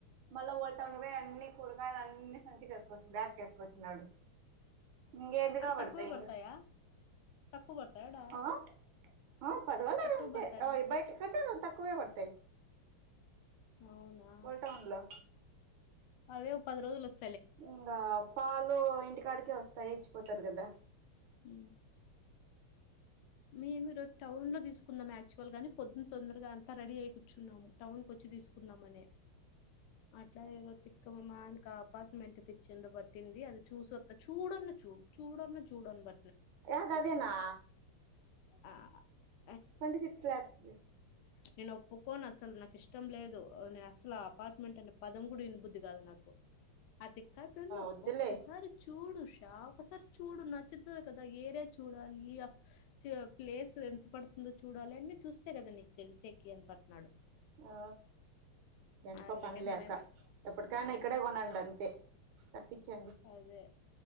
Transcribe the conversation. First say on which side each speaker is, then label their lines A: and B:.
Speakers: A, on the right; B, on the left.
A: మల్ల ఓట <unintelligible> ఇంకా పోయి అన్ని కూరగాయలు అన్ని సంచికేసుకోచ్ బ్యాగ్కేసుకోచ్చున్నాడు. ఇంగేమ్ది
B: అడ
A: కాబడతాయి
B: తక్కువే
A: ఇంగ
B: పడతాయా తక్కువ పడతాయాడా
A: ఆ ఆ పర్వాలేదంతే
B: తక్కువ పడతాడ
A: ఆవ్ బయటికంటే రోన్తక్కువే బర్తావ్.
B: అవునా
A: పోల్ టౌన్లో
B: అవే ఓ పది రోజుల్స్
A: ఇంగా పాలు ఇంటికాడికే వస్తాయి ఎయిచ్చిపోతారు గదా
B: హు మేము ఈరోజు టౌన్ లో తీసుకుందాం, యాక్చువల్గాని పొద్దున్ తొందరగా అంతా రెడీ ఐ కూర్చున్నాము టౌన్ కో. చ్చి తీసుకుందామని అట్ల ఏదో తిక్కం మాయన్కా అపార్ట్మెంట్ పిచ్చెందో బట్టింది, అది చూసొత్త చూడన్న చూడు చూడన్న చూడని బ.
A: యాదదేనా
B: ఆ ఆ
A: ట్వంటీ సిక్స్ లాక్స్ది
B: నేనోప్పుకోనసల్ నాకిష్టం లేదు నేనస్లా ఆ అపార్ట్ ఏమంటానే పదం కూడా విన్బుది కాదు నాకు ఆ తక్క పిందో
A: వద్దులే
B: ఒక్కసారి చూడు చ ఒకసారి చూడు నచ్చుతుంది కదా ఏరియా చూడాలి ప్లేస్ ఎంత పడుతుంది ముందు చూడాలి అన్ని చూస్తే కదా నీకు తెలిసే క అని పట్న్నాడు
A: ఆ ఎంటకో
B: అందుకే
A: పని లేక
B: నేనేమి
A: ఎప్పటికైనా
B: ఆ
A: ఇక్కడే కొనండి అంతే కట్టించే
B: అదే